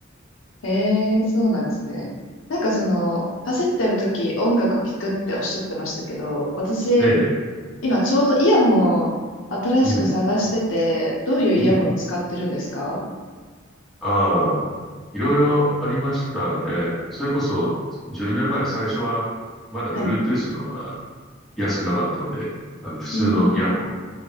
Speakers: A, on the left; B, in the centre.
A: ええ、そうなんですね。なんかその、走ってる時音楽聴くっておっしゃってましたけど、私、
B: ええ、
A: 今ちょうどイヤホン新しく探してて、
B: うん、
A: どういうイヤホン使ってるんですか
B: うん。ああ、いろいろありましたね。それこそ10年前、最初はまだ
A: はい。
B: Bluetooth のが安くなかったので、あの普通のイヤホン
A: うん。